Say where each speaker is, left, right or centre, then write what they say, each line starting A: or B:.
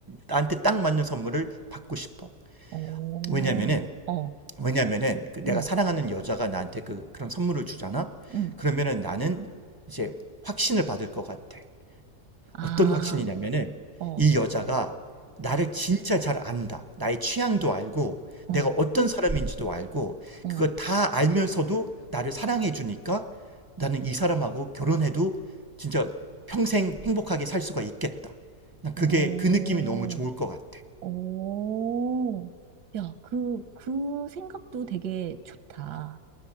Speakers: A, on the right; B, on the right.
A: 나한테 딱 맞는 선물을 받고 싶어.
B: 오,
A: 왜냐면은,
B: 어,
A: 왜냐면은 그 내가
B: 응,
A: 사랑하는 여자가 나한테 그, 그런 선물을 주잖아?
B: 응,
A: 그러면은 나는 이제 확신을 받을 것 같아.
B: 아,
A: 어떤 확신이냐면은
B: 어, 어,
A: 이 여자가 나를 진짜 잘 안다. 나의 취향도 알고
B: 어,
A: 내가 어떤 사람인지도 알고
B: 어,
A: 그거 다 알면서도 나를 사랑해 주니까 나는 이 사람하고 결혼해도 진짜 평생 행복하게 살 수가 있겠다. 난
B: 오,
A: 그게 그 느낌이 너무 좋을 것 같아.
B: 오. 야, 그, 그 생각도 되게 좋다.